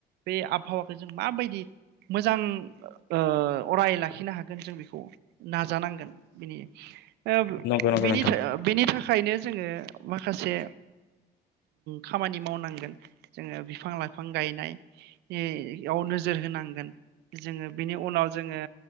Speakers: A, on the right; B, on the left.
A: बे आबहावाखौ जों माबायदि मोजां ओ अराय लाखिनो हागोन जों बेखौ नाजानांगोन बिनि ओ
B: नंगौ नंगौ
A: बेनि
B: नोंथां
A: था- ओ बेनि थाख खायनो जोङो माखासे खामानि मावनांगोन जोङो बिफां लाइफां गायनाय एइ याव नोजोर होनांगोन जोङो बिनि उनाव जोङो